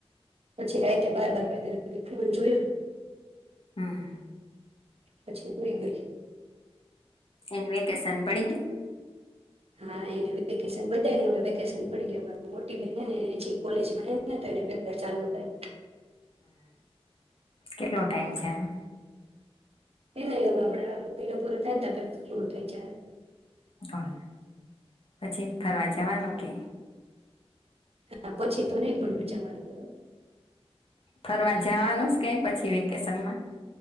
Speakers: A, on the right; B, on the left.
A: પછી રાઈતે બાર વાગ્યા <unintelligible> જોયૂ.
B: હમ્મ.
A: પછી. હુઈ ગય.
B: એન વેકેશન પડી ગયું.
A: હા એ. વેકેશન બધ ને હવે વેકેશન પડી ગયો હમારે મોટી બહેન હ ને એ કોલેજમાં હ ને તો એને પેપર ચાલુ થાય.
B: હમ્મ. કેટલો ટાઈમ છે એનો.
A: એ ન હવે આપણા મહિનો પૂરો થાય ને તો પેપર પૂરું થઈ જાય.
B: ઓય, પછી ફરવા જવાનું કે.
A: હા પછી તો નહી પણ ભણવા જવાનું હોઈ.
B: ફરવા જવાનુંસ કઈ પછી વૈ કેસનમાં.